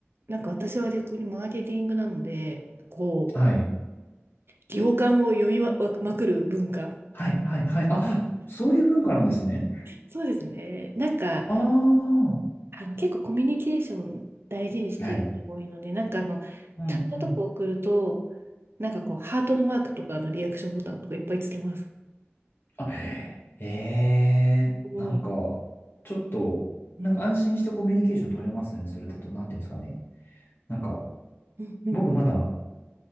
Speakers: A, on the right; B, on the left.
A: なんか私は逆にマーケティングなので、こう、
B: はい。
A: 行間を読みま、まくる文化。
B: はい、はい、はい。あ、そういう文化なんですね。
A: そうですね。なんか、
B: ああ。
A: あの、結構コミュニケーション大事にしている人が多いので、
B: はい。
A: なんかあの、
B: うん、
A: チャットとか送ると、
B: うん。
A: なんかこう、ハートのマークとかのリアクションボタンとかいっぱいつけます。
B: あ、ええなんか、
A: おー
B: ちょっと、
A: うん、
B: なんか安心してコミュニケーション取れますね、それだと。なんていうんですかね。なんか、
A: うん、うん、
B: 僕まだ、